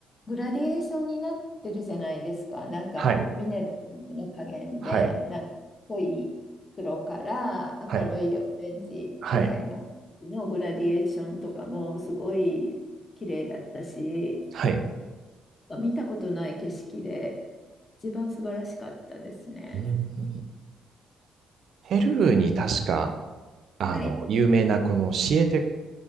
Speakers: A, on the left (about 35°); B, on the right (about 65°).
A: グラディエーションになってるじゃないですかなんかミネラルの加減でなんか濃い黒から明るいオレンジぐらいの、
B: はい。はい。はい。はい。
A: のグラディエーションとかもすごい綺麗だったし
B: はい。
A: 見たことない景色で一番素晴らしかったですね。
B: うん。ペルーに確か、あの、
A: はい、
B: 有名なこのシエテ